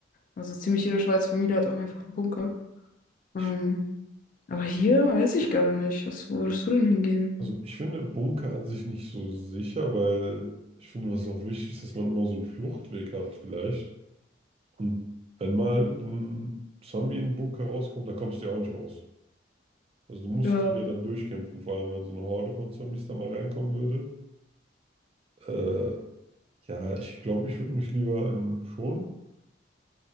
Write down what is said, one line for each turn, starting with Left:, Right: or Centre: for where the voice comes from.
Left: Also ziemlich jede Schweizer Familie hat auch einfach einen Bunker. Ähm,
Right: Ich
Left: aber hier weiß ich gar nicht. Was, wo würdest du denn hingehen?
Right: Also ich finde Bunker an sich nicht so sicher, weil ich finde, was auch wichtig ist, dass man immer so einen Fluchtweg hat vielleicht. Und wenn mal ein Zombie in den Bunker rauskommt, dann kommst du ja auch nicht raus. Also du musst
Left: Ja.
Right: dich ja dann durchkämpfen, vor allem wenn so eine Horde von Zombies da mal reinkommen würde. Äh, ja, ich glaube, ich würde mich lieber in schon.